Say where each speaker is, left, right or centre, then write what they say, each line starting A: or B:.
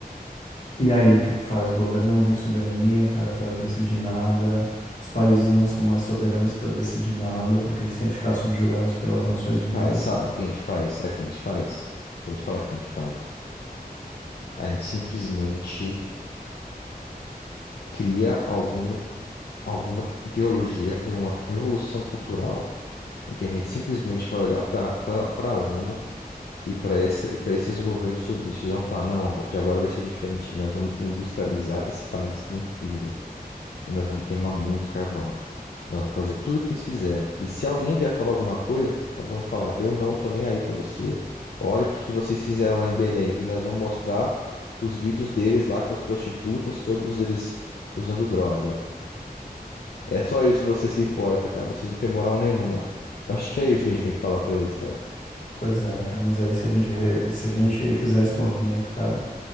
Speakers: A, on the left; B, on the left.
A: E aí, o que que faz? O governo não tem soberania, cara, para decidir nada. Os países não são mais soberanos para decidir nada, porque eles têm que ficar subjugados pelas Nações Unidas,
B: Cara, sabe
A: cara.
B: o que a gente faz? Sabe o que a gente faz? Eu Vou te falar o que a gente faz. A gente simplesmente cria algum alguma ideologia e uma revolução cultural em que a gente simplesmente vai olhar para para a ONU e para essa e para esses governos submissos e vão falar, não, de agora vai ser diferente, e nós vamos industrializar esse país inteiro e nós vamos queimar muito carvão. Nós vamos fazer tudo o que eles fizeram. E se alguém vier falar alguma coisa, nós vamos falar, eu não tô nem aí para você. Olha o que que vocês fizeram lá em Belém e nós vamos mostrar os vídeos deles lá com as prostitutas, todos eles usando droga. É só isso que você se importa, cara. Vocês não têm moral nenhuma. Eu acho que é isso que a gente tem que falar pra eles, cara.
A: Pois é, cara, mas aí se a gente, re- se a gente fizer esse movimento, cara,